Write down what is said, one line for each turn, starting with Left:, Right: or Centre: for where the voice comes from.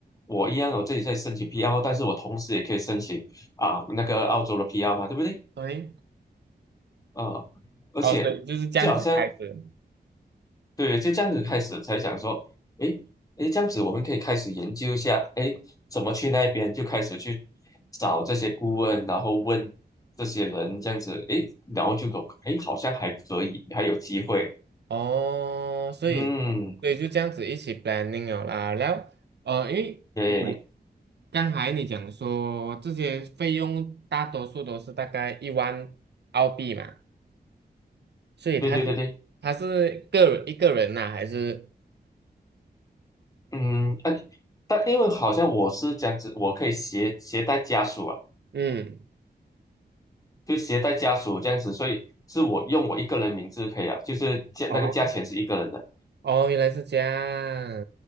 Left: 我一样，我这里在申请 PR，但是我同时也可以申请啊、那个澳洲的 PR 嘛，对不对？
Right: <laughs> 对，
Left: 啊、而且就好像
Right: 哦，所以就是这样子开始。
Left: 对，就这样子开始才想说，诶诶，这样子我们可以开始研究一下，诶，怎么去那边就开始去找这些顾问，然后问这些人这样子，诶，然后就懂，诶，好像还可以，还有机会，
Right: 哦，所以，
Left: 嗯，
Right: 所以就这样子一起 planning 了啦。然后，呃，因为我
Left: 对。
Right: 刚才你讲说这些费用大多数都是大概一万澳币嘛，所以他是
Left: 对对对对，
Right: 他是个人一个人呐、还是
Left: 嗯，呃，但因为好像我是这样子，我可以携携带家属啊，
Right: 嗯，
Left: 就携带家属这样子，所以是我用我一个人名字可以啊，就是价那个价钱是一个人的。
Right: 哦哦，原来是这样，